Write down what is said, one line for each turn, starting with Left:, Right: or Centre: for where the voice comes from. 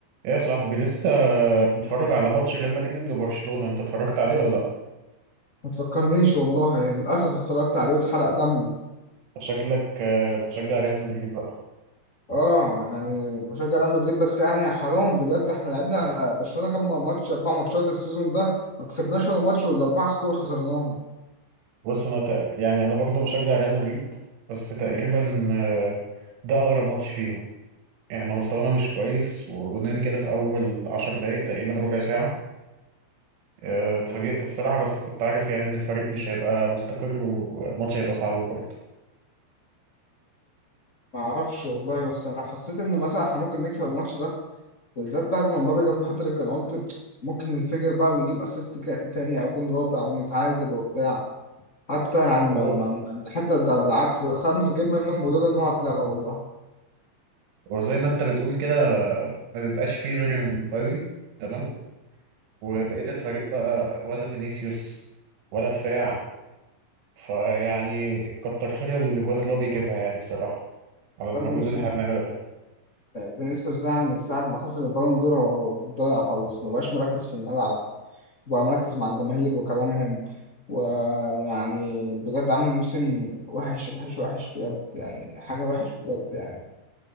Right: ايه يا صاحبي لسه متفرج على ماتش ريال مدريد وبرشلونة انت اتفرجت عليه ولا لا
Left: ما تفكرنيش والله يعني للأسف اتفرجت عليه واتحرق دمي
Right: شكلك آه، بتشجع ريال مدريد بقى
Left: اه يعني بشجع ريال مدريد بس يعني يا حرام بجد احنا لعبنا برشلونة كام ماتش أربع ماتشات السيزون ده ما كسبناش ولا ماتش ولا أربعة سكور خسرناهم
Right: بص انا تق... يعني انا برضه بشجع ريال مدريد بس تقريبا آه، ده اغرب ماتش فيهم احنا مستوانا مش كويس وجونين كده في اول عشر دقايق تقريبا ربع ساعة آه، اتفاجئت بصراحة بس كنت عارف يعني ان الفريق مش هيبقى مستقر والماتش هيبقى صعب برضه
Left: ما أعرفش والله بس أنا حسيت إن مثلا احنا ممكن نكسب الماتش ده بالذات بعد ما مبابي جاب هاتريك أنا قلت ممكن ينفجر بقى ويجيب أسيست كا- تاني أو جون رابع ونتعادل وبتاع حتى يعني ما
Right: هو
Left: ما ما- حتى ده بالعكس ده خمس جيم منهم وده إن هو اتلغى والله
Right: هو زي ما انت بتقول كده آه، ما بيبقاش فيه غير مبابي تمام، وبقية الفريق بقى ولا فينيسيوس ولا دفاع فيعني كتر خير الجوان اللي هو بيجيبها يعني بصراحة على المجهود
Left: فبنشوف
Right: اللي احنا بنعمله ده
Left: فينيسيوس ده يعني من ساعة ما خسر البالون دور هو في الضايع خالص مبقاش مركز في الملعب بقى مركز مع الجماهير وكلامهم ويعني بجد عامل موسم وحش وحش وحش بجد يعني حاجة وحش بجد يعني